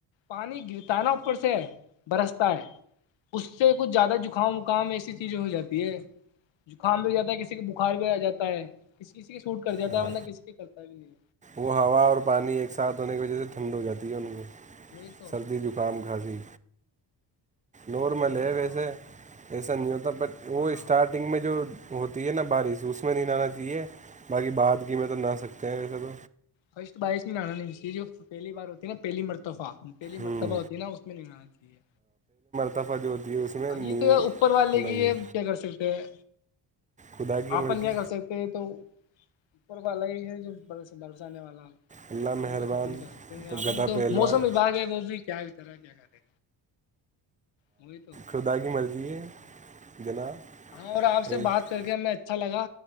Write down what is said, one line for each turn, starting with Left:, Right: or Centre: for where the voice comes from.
Left: پانی گرتا ہے نا پڑ سے برستا ہے اس سے کچھ زیادہ زکام وکام ایسی چیزیں ہو جاتی ہے زکام بھی جاتا ہے کسی کے بخار بھی آ جاتا ہے تا ہے کسی کسی کے سوٹ کر جاتا
Right: ہاں
Left: ہے ورنہ کسی کے کرتا بھی نہیں ہے
Right: وہ ہوا اور پانی ایک ساتھ ہونے کی وجہ سے ٹھنڈ ہو جاتی ہے ان کو
Left: وہی تو
Right: سردی زکام کھاسیی نارمل
Left: سردی
Right: ہے
Left: زکام
Right: ویسے سیت بٹ وہ
Left: ہاں
Right: اسٹارٹنگ میں جو ہوتی ہے نا بارش اس میں نہیں لنا چاہیے باقی بع کی میں تو نہ سکتا کہ سب
Left: فرسٹ بائیس میں نانا نہیں اس کی جو پہلی بار ہوتی ہے نا پہلی مرتفہ پہلی
Right: ہوں
Left: مرتبہ ہوتی نا اس میں نہیں رہنا چاہیے
Right: سفہ جو ہے اس میں
Left: اب
Right: نہیں
Left: یہ تو ہے اوپر والے
Right: کرنا
Left: کی
Right: چاہیے
Left: کیا کر سکتے ہیں
Right: خدا کی
Left: آن
Right: مرضی
Left: کیا کر سکتے ہیں تو پر پا لگ ہے جو برسانے والا
Right: اللہ
Left: اپن
Right: مہربان
Left: تو کچھ نہیں کر سکتے اپن
Right: گدا
Left: تو
Right: پہلوان
Left: موسم وباگ ہے وہ بھی کیا طرح کیا کرے وہئی تو
Right: شدا کی مرضی ہے جناب
Left: ہاں اور آپ سے
Right: ایک
Left: بات کر کے ہم اچھا لگا